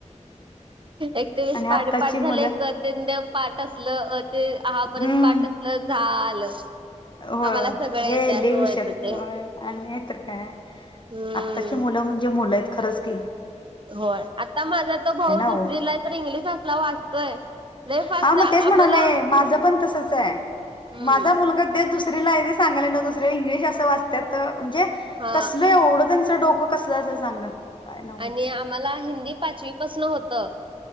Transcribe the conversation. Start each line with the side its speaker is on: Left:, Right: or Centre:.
Right: एक दिस
Left: आणि आत्ताची
Right: पाठ पाठ
Left: मुलं
Right: झाले तेंव्हा पाठ असलं ते सहापर्यंत
Left: हम्म
Right: पाठ असलं झालं
Left: हो
Right: आम्हाला सगळं
Left: हे
Right: येतंय असं व्हायचं
Left: विषय
Right: ते
Left: आणि हे तर काय
Right: हम्म.
Left: आताची मुली म्हणजे बलात खरंच क
Right: होय आता माझा तो भाऊ दुसरीला
Left: हो
Right: तर इंग्लिश असला वाचतोय लई फास्ट
Left: हा मग
Right: आम्हाला
Left: तेच म्हणाले माझं पण तसच आहे
Right: हम्म
Left: माझा मुलगा तेच दुसऱ्या <unintelligible> दुसऱ्या इंग्लिश असला वाचत्यात म्हणजे
Right: हा
Left: कसलं एवढा तेचं डोक सांगा काय नव्हच
Right: आणि आम्हांला हिंदी पाचवीपासन होतं